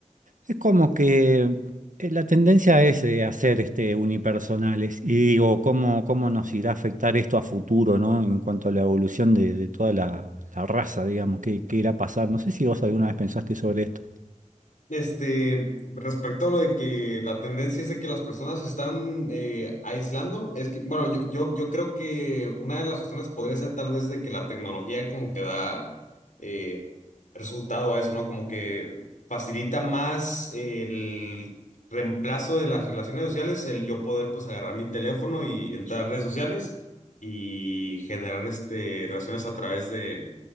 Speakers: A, on the right; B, on the left.
A: es como que eh, la tendencia es eh, hacer este, unipersonales y digo, ¿cómo, cómo nos irá a afectar esto a futuro, ¿no? En cuanto a la evolución de, de toda la... la raza, digamos, ¿qué, qué irá a pasar? No sé si vos alguna vez pensaste sobre esto.
B: Este, respecto a lo de que la tendencia es de que las personas se están eh, aislando, es que, bueno, yo, yo, yo creo que una de las razones podría ser tal vez de que la tecnología como que da eh, resultado a eso, ¿no? Como que facilita más el reemplazo de las relaciones sociales, el yo poder pues agarrar mi teléfono y entrar a redes sociales y generar este, relaciones a través de,